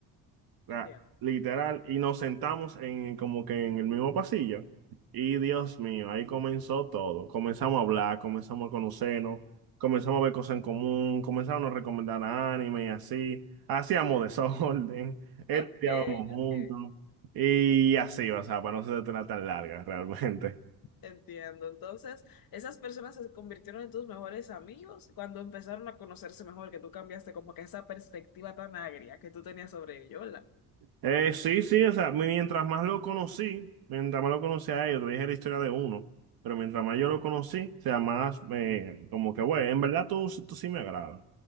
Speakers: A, on the right (about 65°); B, on the left (about 60°).
A: o sea,
B: entiendo.
A: literal, y nos sentamos en como que en el mismo pasillo. Y Dios mío, ahí comenzó todo. Comenzamos a hablar, comenzamos a conocernos, comenzamos a ver cosas en común, comenzamos a no recomendar anime y así. Hacíamos desorden, <laughs> estudiábamos
B: Ok,
A: juntos
B: ok.
A: y así, o sea, para no ser tan larga <laughs> realmente.
B: Entiendo. Entonces, esas personas se convirtieron en tus mejores amigos cuando empezaron a conocerse mejor, que tú cambiaste como que esa perspectiva tan agria que tú tenías sobre ellos,
A: Eh, sí, sí, o sea, mientras más lo conocí, mientras más lo conocí a ellos, te dije la historia de uno, pero mientras más yo lo conocí, o sea, más eh, como que, güey, en verdad tú, tú sí me agradas.